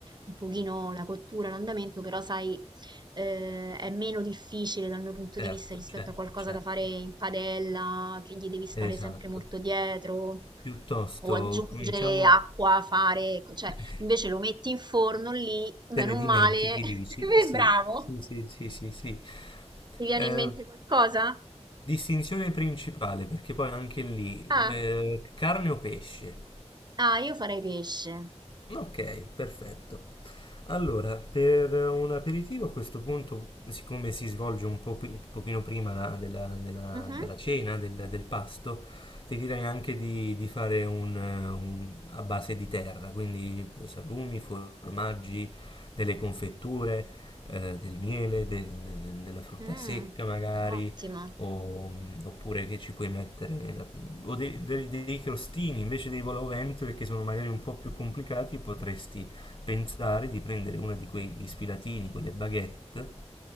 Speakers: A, on the right (about 40°); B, on the left (about 45°).
A: un pochino la cottura, l'andamento, però sai, eh, è meno difficile dal mio punto
B: certo,
A: di vista rispetto
B: certo,
A: a qualcosa
B: certo,
A: da fare in padella, che gli devi stare
B: esatto.
A: sempre molto dietro,
B: Piuttosto
A: o aggiungere
B: cominciamo.
A: acqua, fare, cioè
B: <laughs>
A: invece lo metti in forno lì, bene
B: Te ne
A: o
B: dimentichi,
A: male, <laughs>
B: dici? Sì,
A: bravo.
B: sì, sì, sì, sì, sì.
A: Ti viene
B: Eh,
A: in mente qualcosa?
B: distinzione principale, perché poi anche lì,
A: Ah,
B: eh, carne o pesce?
A: ah, io farei pesce.
B: Ok, perfetto. Allora, per un aperitivo a questo punto, siccome si svolge un po' pi- un pochino prima la- della, della-
A: Mhm.
B: della cena, del, del pasto, ti direi anche di, di fare un, eh, un- a base di terra, quindi salumi, formaggi, delle confetture, eh, del miele, del- della frutta
A: Mm,
B: secca magari,
A: ottimo.
B: o- oppure che ci puoi mettere nella o dei, dei, dei crostini invece dei voloventure che sono magari un po' più complicati, potresti pensare di prendere una di quegli sfilatini, quelle baguette,